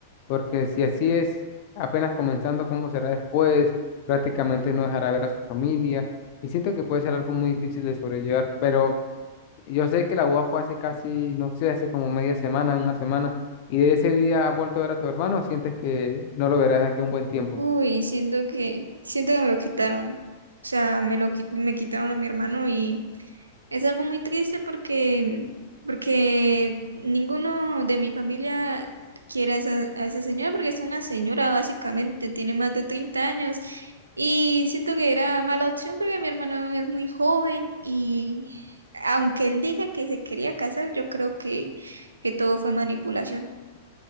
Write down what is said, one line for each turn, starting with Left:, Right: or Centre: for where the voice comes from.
Left: porque si así es, apenas comenzando, ¿cómo será después? Prácticamente no dejará ver a su familia. Y siento que puede ser algo muy difícil de sobrellevar, pero yo sé que la boda fue hace casi, no sé, hace como media semana, una semana, y de ese día ha vuelto a ver a su hermano, ¿o ¿sientes que no lo verás de aquí a un buen tiempo?
Right: Uy, siento que, siento que me lo quitaron. O sea, me lo, qui- me quitaron a mi hermano y es algo muy triste porque, porque ninguno de mi familia quiere a esa, a esa señora porque es una señora básicamente, tiene más de 30 años y siento que era mala opción porque mi hermano es muy joven y aunque él diga que se quería casar, yo creo que, que todo fue manipulación.